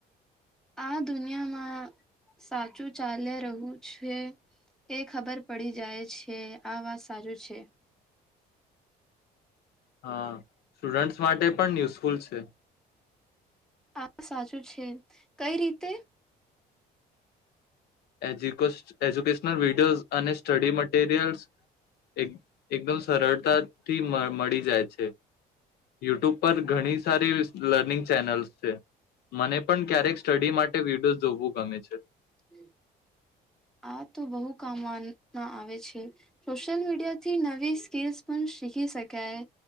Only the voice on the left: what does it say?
હા સ્ટુડન્ટ્સ માટે પન યુઝફુલ છે
એ એજ્યુકેશનલ વિડીયોઝ અને સ્ટડી મટીરિયલ્સ, એક એકદમ સરળતાથી મળી જાય છે. યુટ્યુબ પર ઘણી સારી લર્નિંગ ચેનલ્સ છે. મને પણ ક્યારેક સ્ટડી માટે વિડીયોઝ જોવું ગમે છે.